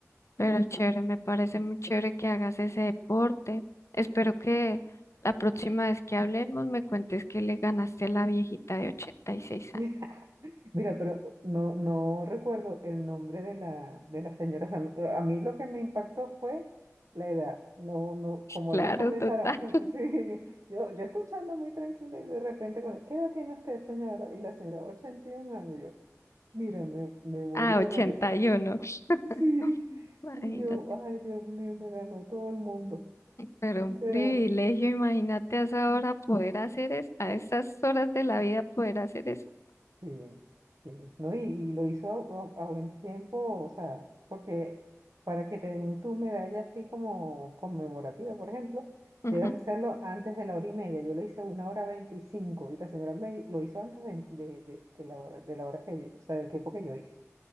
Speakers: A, on the left; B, on the right.
A: Pero chévere, me parece muy chévere que hagas ese deporte. Espero que la próxima vez que hablemos me cuentes que le ganaste a la viejita de 86
B: <laughs>
A: años. <laughs>
B: Mira, pero no, no recuerdo el nombre de la, de la señora. o sea, no- a mí lo que me impactó fue la edad. No, no, como
A: Claro,
B: ellas comenzaron,
A: total.
B: cla- <laughs> sí, yo, yo escuchando muy tranquila y de repente, con- ¿qué edad tiene usted, señora? Y la señora, 81 años. Yo, mira, me, me morí
A: Ah,
B: de
A: ochenta
B: la risa.
A: y
B: <laughs>
A: uno
B: Sí,
A: <laughs> Imagínate.
B: y yo, ay, Dios mío, me ganó todo el mundo.
A: Pero un privilegio,
B: Pero
A: imagínate a esa hora poder hacer eso, a estas horas de la vida poder hacer eso.
B: Sí, sí, ¿no? Y, y lo hizo a, a- a buen tiempo, o sea, porque para que te den tu medalla así como conmemorativa, por ejemplo,
A: Ujú,
B: debes hacerlo antes de la hora y media. Yo lo hice una hora veinticinco y la señora me lo hizo antes de, de, de- de la hora, de la hora que, o sea, del tiempo que yo hice.